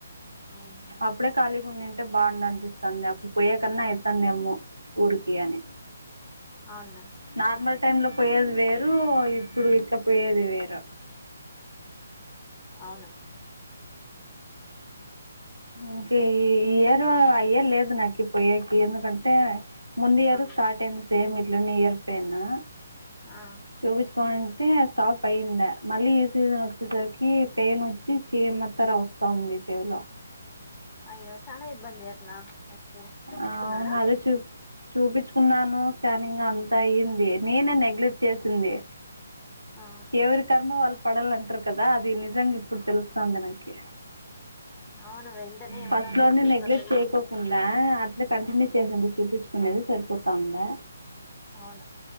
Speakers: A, on the left; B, on the right.
A: అవును
B: అప్పుడే ఖాళీగున్నింటే బావున్ అన్పిస్తంది పోయే కన్నా ఎత్తందేమో ఉరుకేయని
A: అవున్న
B: నార్మల్ టైమ్ లో పోయేది వేరూ ఇప్పుడు ఇట్లా పోయేది వేరు
A: అవున
B: ఇంకా ఈ ఈయరు అయ్యర్ లేదు నాకీ పోయేకి ఎందుకంటే ముందు ఇయరు
A: ఆ
B: స్టార్ట్ అయింది సేమ్ ఇట్లనే ఇయర్ పెనా
A: ఆ
B: చూపించుకో అంటే స్టాప్ అయ్యింద మళ్ళీ ఈ సీజన్ ఒచ్చేసరికి పెయిన్ ఒచ్చి చిరన ఇత్తర వస్స ఉంది చెవులో
A: అయ్యో చనా ఇబ్బంది అట్లా వస్తే చూపించుకున్నారా
B: అవును అదే చూ చూపించుకున్నాను స్కానింగ్ అంత అయ్యింది నేనే నెగ్లెక్ట్ చేసింది.
A: ఆ
B: ఎవరి కర్మవాళ్ళు పడాల అంట్ర కదా అది నిజంగా ఇప్పుడు తెలుస్తాంది నాకి
A: అవును వెంటనే ఏమన్నా
B: ఫస్ట్లోనే
A: వస్తే చూస్తాను
B: నెగ్లెక్ట్ చేయికోడ్దు తా అట్లే కంటిన్యూ చేసింది చూపించుకునేది సరిపోతా ఉందా
A: అవును